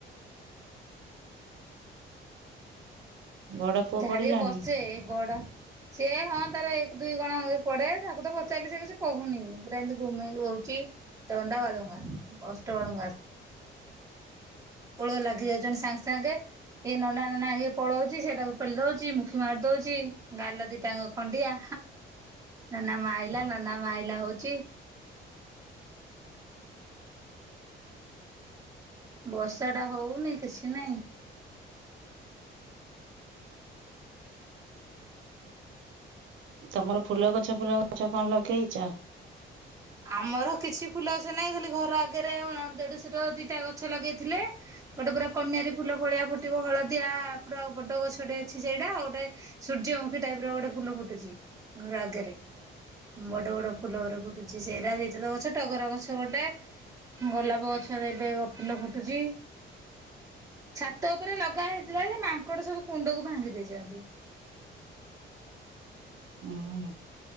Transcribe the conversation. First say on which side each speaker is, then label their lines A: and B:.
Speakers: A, on the right (about 75°); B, on the right (about 15°).
A: ବଡ ପୁଅ
B: ଯାହା
A: ପଢିଲାଣି?
B: ଟିକେ ବର୍ଷେ ଏଇ ବଡ଼ ସେଏ ହଁ ତାର ଏକ ଦୁଇ କଣ ପଡେ ତାକୁ ତ ପଚାରିଲେ ସେ କିଛି କହୁନି ପୁରା ଏମିତି ଘୁମେଇକି ବଉଛି। ଦଣ୍ଡା ବାଳୁଙ୍ଗା ସ୍ପଷ୍ଟ ବାଳୁଙ୍ଗା ନୁହେଁ। କୁଳରେ ଲାଗି ଯାଉଚନ୍ତି ସାଙ୍ଗେ ସାଙ୍ଗେ ଇଏ ନନା ନନା ହେଇକି ପଳଉଚି ସେ ତାକୁ ପେଲି ଦଉଚି ମୁଖି ମାରି ଦଉଚି ଗାଲ ଦିଟାଙ୍କ ଖଣ୍ଡିଆ ନନା ମାଇଲା ନନା ମାଇଲା ହଉଚି। ବର୍ଷା ଟା ହଉନି କିଛି ନାଇଁ।
A: ତମର ଫୁଲ ଗଛ ଫୁଲ ଗଛ କଣ ଲଗେଇଚ?
B: ଆମର କିଛି ଫୁଲ ଗଛ ନାହିଁ ଖାଲି ଘର ଆଗରେ ଦେଢସୁର ର ଦିଟା ଫୁଲ ଗଛ ଲଗେଇଥିଲେ। ଗୋଟେ ପୁରା କନ୍ୟାରୀ ଫୁଲ ଭଳିଆ ପୁଟିବ ହଳଦିଆ ପୁରା ବଡ ଗଛଟେ ଅଛି ସେଇଟା ଆଉ ଗୋଟେ ସୂର୍ଯ୍ୟମୁଖୀ ଟାଇପ୍ ର ଗୋଟେ ଫୁଲ ଫୁଟୁଛି ଘର ଆଗରେ ବଡ ବଡ ଫୁଲ ଗୋରେ ଫୁ ସେଇରା ଦିଇଟାତ ଗଛ ଟଗର ଗଛ ଗୋଟେ ଗୋଲାପ ଗଛରେ ଏବେ ଫୁଲ ଫୁଟୁଛି। ଛାତ ଉପରେ ଲଗା ହେଇଥିଲା ଯେ ମାଙ୍କଡ଼ ସବୁ କୁଣ୍ଡକୁ ଭାଙ୍ଗି ଦେଇଚନ୍ତି।
A: ମୁଁ